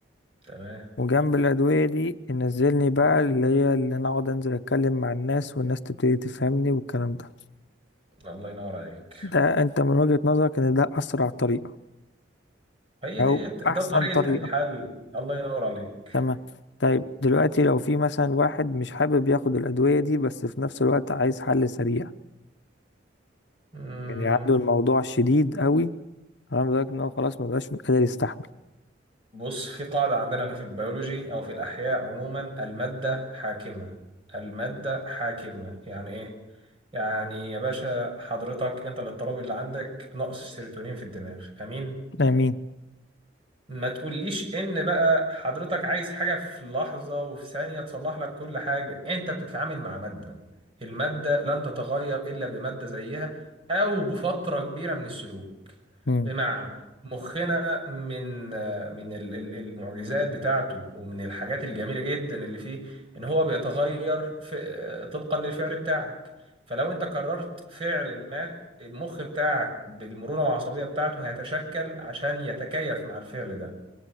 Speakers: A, on the right; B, on the left.
A: تمام
B: وجنب الأدوية دي ينزلني بقى اللي هي اللي أنا أقعد أنزل أتكلم مع الناس والناس تبتدي تفهمني والكلام ده
A: الله ينور عليك
B: ده أنت من وجهة نظرك إن ده أسرع طريقة
A: هي
B: أو
A: دي ده
B: أحسن
A: طريق
B: طريقة
A: الح- الحل الله ينور عليك
B: تمام طيب دلوقتي لو في مثلا واحد مش حابب ياخد الأدوية دي بس في نفس الوقت عايز حل سريع
A: مم.
B: يعني عنده الموضوع شديد قوي تمام لدرجة إن هو خلاص مبقاش قادر يستحمل
A: بص في قاعدة عندنا في البيولوجي أو في الأحياء عموما المادة حاكمة المادة حاكمة يعني إيه؟ يعني يا باشا حضرتك أنت الاضطراب اللي عندك نقص السيروتونين في الدماغ أمين؟
B: آمين
A: ما تقوليش ان بقى حضرتك عايز حاجة في لحظة وفي ثانية تصلح لك كل حاجة انت بتتعامل مع مادة المادة لن تتغير الا بمادة زيها او بفترة كبيرة من السلوك
B: مم.
A: بمعنى مخنا من من ال- ال- المعجزات بتاعته ومن الحاجات الجميلة جدا اللي فيه ان هو بيتغير في طبقا للفعل بتاعك فلو انت قررت فعل ما المخ بتاعك بالمرونة العصبية بتاعته هيتشكل عشان يتكيف مع الفعل ده